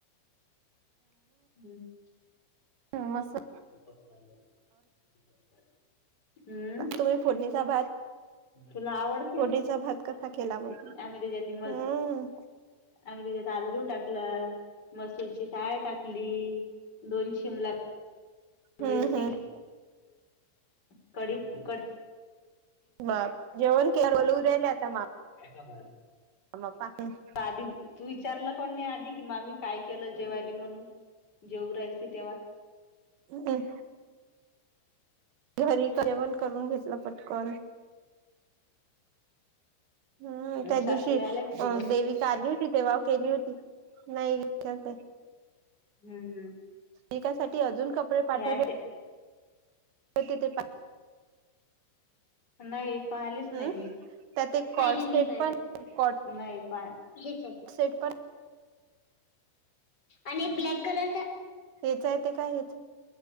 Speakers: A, on the left (about 20°); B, on the right (about 75°).
A: ह
B: ह मसा
A: <unintelligible> हम्म
B: तुम्ही फोडणीचा भात.
A: तुला आवडते
B: फोडणीचा भात कसा खेला मग.
A: आम्ही त्याच्यात म
B: हम्म
A: आम्ही तांदूळ टाकल. मसूरची टाळ टाकली. दोन <inaudible> शिमला
B: हम्म
A: मिरची
B: हम्म
A: <unintelligible> कडी क
B: <unintelligible>
A: <unintelligible>
B: <unintelligible>
A: आधी तू विचारल काऊन नाही आधी कि मा मी काय केल जेवायला म्हणून जेवऊन राहिलती तेव्हा,
B: हम् घरी जेवण करून घेतल पटकन. हम्म त्या
A: सासूबाई
B: दिवशी
A: आल्या का तुझ्या
B: अ देवीत आली होती ती. तेव्हा केली होती. नाही इथेच हे.
A: हम्म
B: एकासाठी अजून कपडे पाठवले.
A: यायच्या
B: हो ते ते पा <unintelligible>
A: नाही पाहिलेच
B: हम्म
A: नाही मी.
B: त्या ते
A: पाहिले
B: कॉट सेट
A: मी पाहिले.
B: पण कॉट
A: नाही पाय <unintelligible>
B: सेट पण
A: आणि एक ब्लॅक कलरचा
B: हेच आहे. ते काय हेच हे.